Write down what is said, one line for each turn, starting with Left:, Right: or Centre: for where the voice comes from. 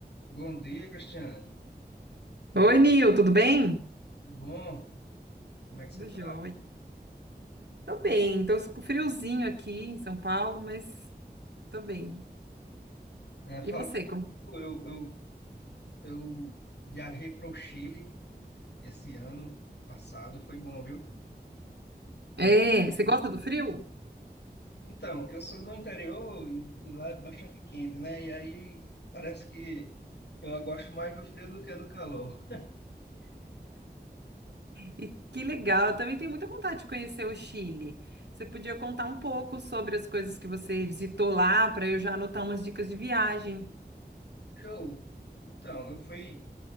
Left: Bom dia, Cristiane.
Right: Oi, Nil, tudo bem?
Left: Bom, como é que
Right: Tudo
Left: você está?
Right: jóia. Tô bem, tô com friozinho aqui em São Paulo, mas tô bem. E
Left: falando,
Right: você, como...
Left: comigo, eu, eu, eu viajei para o Chile esse ano passado, foi bom, viu? Conhe-
Right: É, você gosta do frio?
Left: Então, eu sou do interior e, e lá é bastante quente, né? E aí parece que eu gosto mais do frio do que do calor.
Right: E que legal, eu também tenho muita vontade de conhecer o Chile. Você podia contar um pouco sobre as coisas que você visitou lá, para eu já anotar umas dicas de viagem.
Left: Show! Então, eu fui,